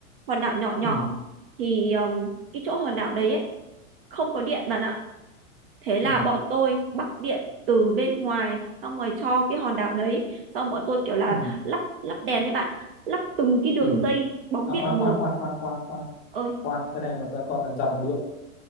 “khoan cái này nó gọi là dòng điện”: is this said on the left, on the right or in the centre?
Left